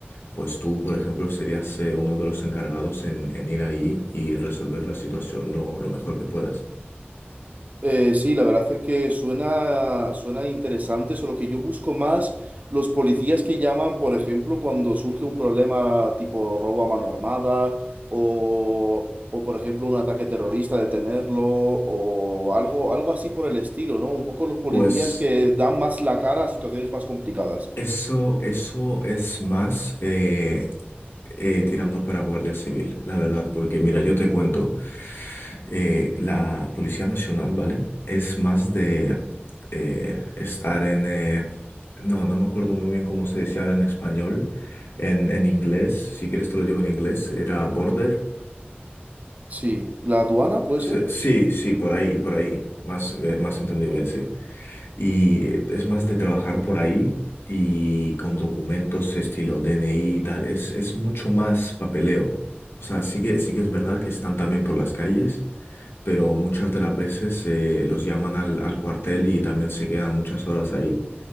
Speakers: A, on the left (about 80°); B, on the right (about 40°).
A: pues tú, por ejemplo, serías eh, uno de los encargados en, en ir ahí y resolver la situación lo lo mejor que puedas.
B: Eh, sí, la verdad es que suena, suena interesante, solo que yo busco más los policías que llaman, por ejemplo, cuando surge un problema tipo robo a mano armada o, o, por ejemplo, un ataque terrorista, detenerlo o algo, algo así por el estilo, ¿no? Un poco los policías
A: Pues...
B: que dan más la cara a situaciones más complicadas.
A: Eso, eso es más eh, eh, tirando para Guardia Civil, la verdad, porque mira, yo te cuento, eh, la Policía Nacional, ¿vale? Es más de eh, estar en... eh, no, no me acuerdo muy bien cómo se decía ahora en español, en, en inglés, si quieres te lo digo en inglés, era border.
B: Sí, ¿la aduana puede
A: Sí,
B: ser?
A: sí, sí, por ahí, por ahí, más, eh, más entendido bien, sí. Y es más de trabajar por ahí y con documentos estilo DNI y tal, es, es mucho más papeleo. O sea, sí que, sí que es verdad que están también por las calles, pero muchas de las veces eh, los llaman al, al cuartel y también se quedan muchas horas ahí.